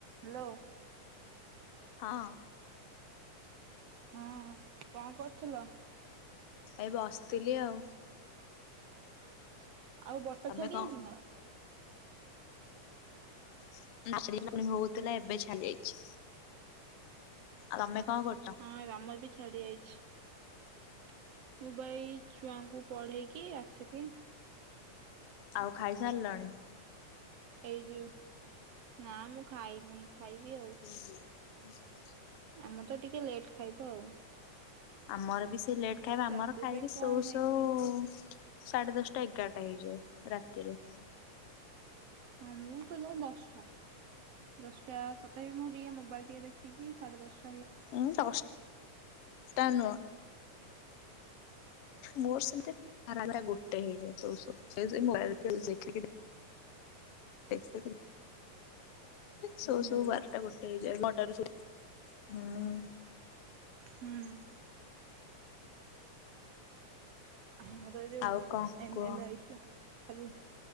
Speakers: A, on the right; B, on the left.
A: Hello
B: ହଁ
A: ହଁ କଣ କରୁଥିଲ?
B: ଏ ବସିଥିଲି ଆଉ
A: ଆଉ ବର୍ଷା
B: ତମେ
A: ଛାଡ଼ି
B: କଣ
A: ଯାଇଛି ନା?
B: <inaudible> ନାସେଲି ହଉଥିଲା ଏବେ ଛାଡି ଯାଇଛି ଆଉ ତମେ କଣ କରୁଛ?
A: ହଁ ଆମର ବି ଛାଡି ଯାଇଛି ମୁଁ ବା ଏଇ ଛୁଆଙ୍କୁ ପଢ଼େଇକି ଆସିଲି।
B: ଆଉ ଖାଇସାରିଲଣି?
A: ଏଇ ଯୋଉ ନା ମୁଁ ଖାଇନି ଖାଇବି ଆଉ
B: ହୁଁ <inaudible>
A: ଆମର ତ ଟିକେ ଲେଟ୍ ଖାଇବା ଆଉ।
B: ଆମର ବି ସେ ଲେଟ୍ ଖାଇବା ଆମର
A: ରାତି
B: ଖାଇକି
A: ପାଇଁ କଣ
B: ଶୋଉ
A: ହେଇଛି
B: ଶୋଉ
A: କେଜାଣି?
B: ସାଢେ଼ ଦଶଟା ଏଗାରଟା ହେଇଯାଏ ରାତିରେ
A: ହଁ ମୁଁ ଶୋଇଲା ବେଳକୁ ଦଶଟା। ଦଶଟା ସତଥାପି ମୁଁ ଟିକେ ମୋବାଇଲ୍ ଟିକେ ଦେଖିକି ସାଢେ଼ ଦଶ
B: ହଁ ଦଶ ଟା ନୁହଁ। ମୋର ସେମିତି ରା ଗୋଟେ ହେଇଯାଏ ଶୋଇ ଶୋଇ ମୋବାଇଲ ଦେଖି <unintelligible> ସବ
A: ହୁଁ
B: ସବ ବାରଟା ଗୋଟେ ହେଇଯାଏ ନଅଟ ର ସ ହଁ <inaudible>
A: ହୁଁ। ହୁଁ ଯୋଉ
B: ଆଉ କଣ
A: ଏମ
B: କୁହ
A: ଏଲ ଏ ଆଇଥିଲା ଖାଲି